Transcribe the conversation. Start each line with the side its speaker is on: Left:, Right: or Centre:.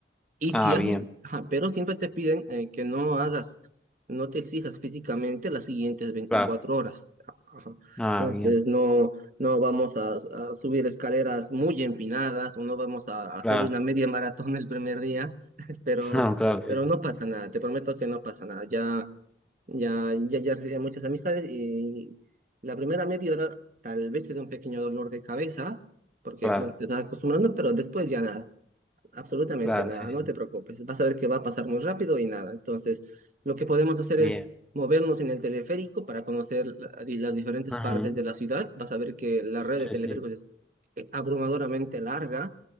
Right: Y
Centre: Ah,
Right: si haces,
Centre: bien,
Right: ajá, pero siempre te piden eh, que no hagas, no te exijas físicamente las siguientes veinticuatro
Centre: claro.
Right: horas. Ajá.
Centre: Ah,
Right: Entonces,
Centre: bien,
Right: no, no vamos a, a subir escaleras muy empinadas o no vamos a, a hacer
Centre: claro.
Right: una media <laughs> maratón el primer día, <laughs> pero,
Centre: <laughs> No, claro, sí,
Right: pero
Centre: sí,
Right: no pasa nada, te prometo que no pasa nada. Ya, ya, ya, ya hice muchas amistades y la primera media hora tal vez te dé un pequeño dolor de cabeza, porque,
Centre: claro,
Right: bueno, te estás acostumbrando, pero después ya nada. Absolutamente
Centre: claro,
Right: nada,
Centre: sí, sí.
Right: no te preocupes. Vas a ver que va a pasar muy rápido y nada. Entonces, lo que podemos hacer es
Centre: Bien.
Right: movernos en el teleférico para conocer la- y las diferentes
Centre: Ujú.
Right: partes de la ciudad. Vas a ver que la red de
Centre: Sí,
Right: teleféricos
Centre: sí.
Right: es eh, abrumadoramente larga.